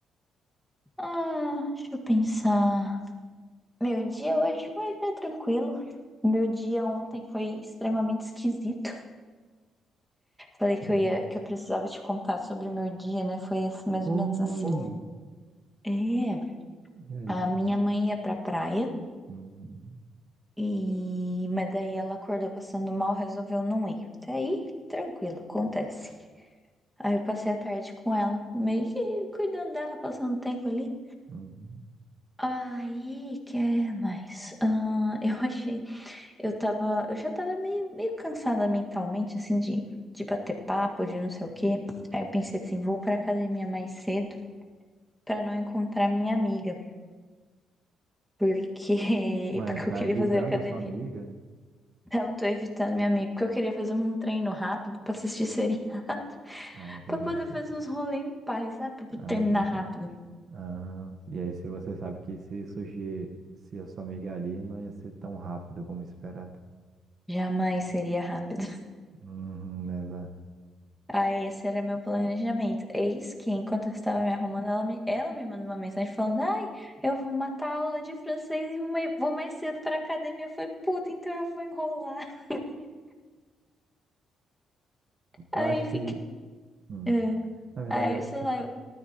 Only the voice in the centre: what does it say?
Ah, deixa eu pensar. Meu dia hoje foi até tranquilo. Meu dia ontem foi extremamente esquisito. Falei que
eu ia, que eu precisava te contar sobre o meu dia, né? Foi assim, mais
ou menos assim. É,
a minha mãe ia pra praia
e mas daí ela acordou passando mal, resolveu não ir. Até aí, tranquilo, acontece. Aí eu passei a tarde com ela, meio que cuidando dela, passando tempo ali.
Aí, que mais? Ah, <laughs> eu achei, eu tava, eu já tava meio, meio cansada mentalmente, assim, de, de bater papo, de não sei o quê. Aí eu pensei assim, vou pra academia mais cedo pra não encontrar minha amiga, porque,
<laughs> porque
eu queria
fazer academia.
Eu tô evitando minha amiga, porque eu queria fazer um treino rápido pra assistir seriado, <laughs>
pra poder
fazer uns rolê em paz, sabe? Pra
terminar
rápido.
Jamais seria rápido.
Aí, esse era meu planejamento. Eis que, enquanto eu estava me arrumando, ela me, ela me mandou uma mensagem falando: Ai, eu vou matar a aula de francês e vou mai- vou mais cedo pra academia. Eu falei: Puta, então eu vou enrolar. <laughs>
Aí
fiquei.
é.
Aí,
sei
lá, eu,